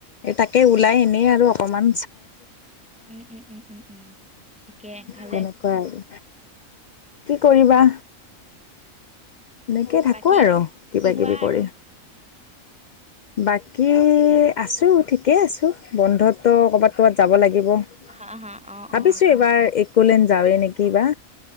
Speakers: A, on the left; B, in the centre.
A: এই তাকে ওলাই এনেই আৰু অকমান।
B: উম উম উম উম উম, ঠিকে ভালে।
A: তেনেকুৱা আৰু কি কৰিবা? এনেকে থাকো
B: বাকী
A: আৰু কিবা-কিবি
B: কোৱা
A: কৰি।
B: আৰু
A: বাকী, আছো ঠিকেই আছো। বন্ধত তো ক'বাত ক'বাত যাব লাগিব। ভাবিছো
B: হা হা অ অ
A: এইবাৰ একলেণ্ড যাওঁৱে নেকি বা।